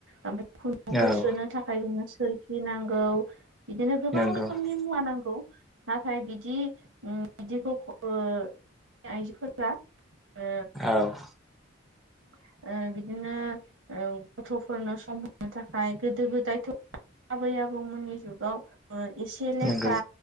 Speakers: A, on the right; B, in the centre.
A: ओमफ्राय खुन्दुंखौ
B: नंगौ
A: सोनो थाखाय जोंनो सोरखि नांगौ। बिदिनो गोबां
B: नंगौ
A: रोखोमनि मुवा नांगौ। नाथाय बिदि ओम बिदिखौ ओ आइजोफोरा ओ
B: औ
A: ओ बिदिनो ओ गथ'फोरनो सम होनो थाखाय गोदोबो दायथ' आबै-आबौमोननि जुगाव एसे लेखा
B: नंगौ